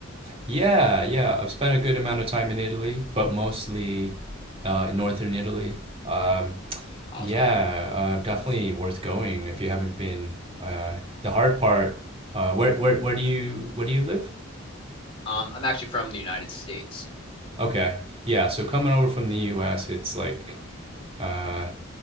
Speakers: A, on the right; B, on the left.
A: Yeah, yeah. I've spent a good amount of time in Italy, but mostly uh, in northern Italy. Um,
B: Awesome.
A: yeah, uh, definitely worth going if you haven't been. Uh, the hard part. Uh, where where where do you where do you live?
B: Um, I'm actually from the United States.
A: Okay. Yeah, so coming over from the US, it's like uh